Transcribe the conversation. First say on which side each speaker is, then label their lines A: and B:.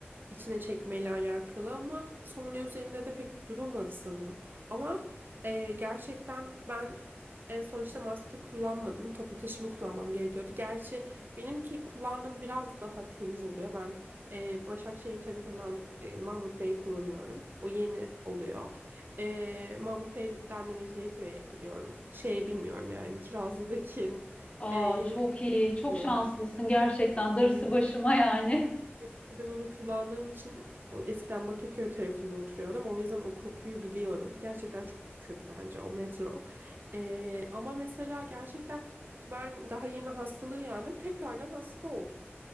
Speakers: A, on the right; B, on the left.
A: içine çekmeyle alakalı ama sonra üzerinde de pek durulmadı sanırım. Ama e, gerçekten ben en son işte maske kullanmadım. Toplu taşıma kullanmam gerekiyordu. Gerçi benimki kullandığım biraz daha temiz oluyor. Ben e, Başakşehir tarafından e, Mahmut Bey kullanıyorum. O yeni oluyor. Ee, Mahmut Bey'den de Mecidiyeköy'e gidiyorum. Şey bilmiyorum yani Kirazlı'daki
B: Aa,
A: e, yeni
B: çok
A: kapı
B: iyi,
A: bilmiyorum.
B: çok şanslısın gerçekten. Darısı
A: Ee,
B: başıma yani.
A: eskiden onu kullandığım için o, eskiden Bakırköy tarafında oturuyordum. O yüzden o kokuyu biliyorum. Gerçekten çok kötü bence o metro. Ee, ama mesela gerçekten ben daha yeni hastalığı yendim. Tekrardan hasta oldum.